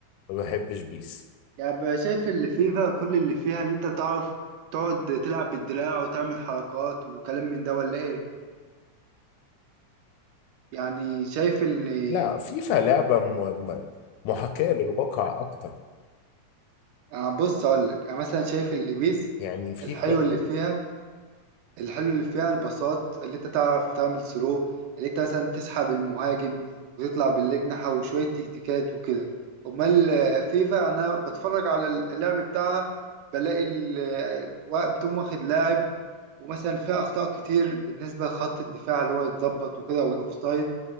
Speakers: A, on the left; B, on the right.
A: ما بحبش بيس
B: يعني بقى شايف اللي فيفا كل اللي فيها اللي انت تعرف تقعد تلعب بالدراع وتعمل حركات وكلام من ده ولا ايه يعني شايف اللي
A: لا فيفا لعبة م- م- محاكاة للواقع أكتر
B: آه، بص اقول لك انا مثلا شايف اللي بيس
A: يعني فيفا
B: الحلو اللي فيها الحلو اللي فيها الباصات اللي انت تعرف تعمل ثرو اللي انت مثلا تسحب المهاجم وتطلع بالاجنحة وشوية تكتيكات وكده امال آه، فيفا انا بتفرج على اللعب بتاعها بلاقي ال- آه، وا- بتقوم واخد لاعب ومثلا فيها اخطاء كتير بالنسبة لخط الدفاع اللي هو يتظبط وكده والاوفسايد